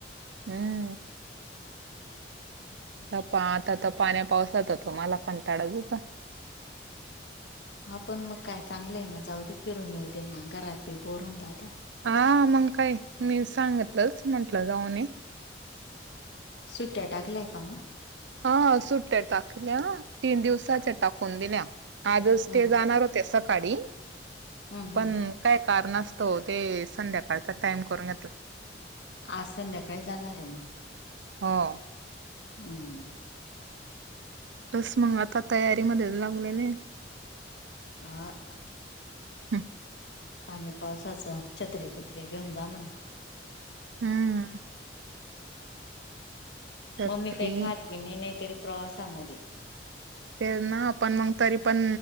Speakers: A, on the right; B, on the left.
A: हूं!
B: <inaudible>
A: नपा आता त पाण्या पावसाचा, त माला कंटाळा चं येतोय.
B: हा पण मग काय चांगलं आहे ना, जाऊ दे फिरून येऊ दे ना, घरात बी बोर होन जात.
A: हा मग काय, मी सांगितलंच म्हंटलं जाऊ ये.
B: सुट्या टाकल्याय का म.
A: ह सुट्ट्या टाकल्या तीन दिवसाच्या टाकून दिल्या, आजच
B: हम्म
A: ते जाणार हो ते सकाढी
B: हम्म
A: पण
B: हम्म
A: काय कारनास्तावं, ते संध्याकाळचा टाइम करून घेतला.
B: आज संध्याकाळी जाणार आहे म?
A: हो!
B: हूं!
A: बस मग आता तयारीमध्ये लागलोले हे!
B: आ!
A: हूं!
B: पाणी पावसाचं छत्री, बित्री, घेऊन जा म्हणा.
A: हूं! छत्री
B: मम्मी काही खात बि नाही, नाहीतरी प्रवासामध्ये.
A: तेचं ना पण मग तरी पण